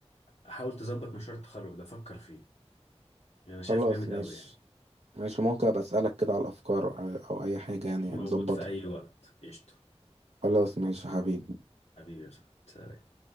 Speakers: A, on the left (about 70°); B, on the right (about 70°).
A: حاول تظبط مشروع التخرج ده فكر فيه يعني انا شايفه
B: خلاص
A: جامد
B: ماشي
A: قوي يعني
B: ماشي ممكن ابقى اسألك كده على الافكار او أو اي حاجة يعني
A: موجود
B: نظبطها
A: في اي وقت قشطة
B: خلاص ماشي يا حبيبي
A: حبيبي يا صاحبي